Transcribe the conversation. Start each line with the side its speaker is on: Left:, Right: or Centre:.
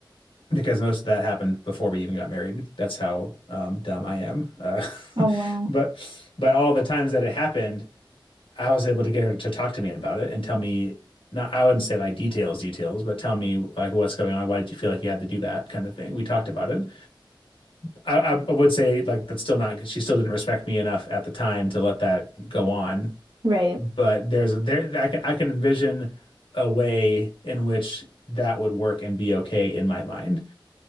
Left: because most of that happened before we even got married. That's how um, dumb I am. Uh,
Right: Oh
Left: <laughs>
Right: wow.
Left: but but all the times that it happened, I was able to get her to talk to me about it and tell me not I wouldn't say like details details, but tell me like what's going on. Why did you feel like you had to do that kind of thing? We talked about it. I, I I would say like that's still not she still didn't respect me enough at the time to let that go on.
Right: Right.
Left: But there's there I can, I can envision a way in which that would work and be okay in my mind.